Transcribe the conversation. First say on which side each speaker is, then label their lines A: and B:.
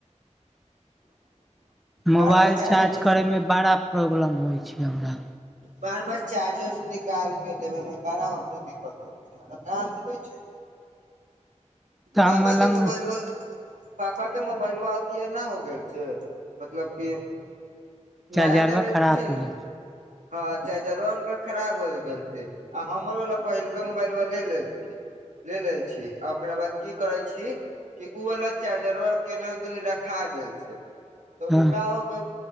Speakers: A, in the centre; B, on the right.
A: मोबाइल
B: बार बार चार्जर
A: चार्ज
B: में
A: करयमे बड़ा प्रॉब्लम होइ छै। हमरा
B: बार बार चार्जर निकालके लेबेमे बारा हमरो दिक्कत हो छै।
A: तऽ
B: पापाके
A: हमर लग
B: मोबाइल पापाके मोबाइल वा अथी एना हो गेल छै। मतलब की
A: चार्जरवा
B: नाय लेल
A: खराब
B: छी
A: हो
B: नु।
A: गेल
B: ह, चार्जरा हुनकर खराब हो गेल छै। आ हमर वला पहिलका मोबाइल ले लेलथिन। लेल छी आ ओकरा बाद की करै छी। के उ वाला चार्जबा केने रखा गेल छै, तऽ
A: हँ
B: ओका हो गेल